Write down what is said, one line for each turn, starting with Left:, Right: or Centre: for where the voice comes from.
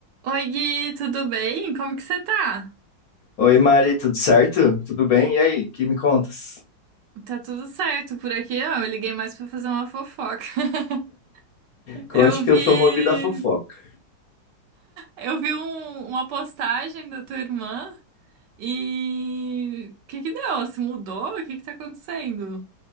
Right: Oi, Gui, tudo bem? Como que você tá?
Left: Oi, Mari, tudo certo? Tudo bem? E aí, que me contas?
Right: Tá tudo certo por aqui? Ah, eu liguei mais pra fazer uma fofoca. <laughs>
Left: Conte
Right: Eu
Left: que
Right: vi,
Left: eu sou movido a fofoca.
Right: eu vi um- uma postagem da tua irmã e o que que deu? Ela se mudou? O que que tá acontecendo?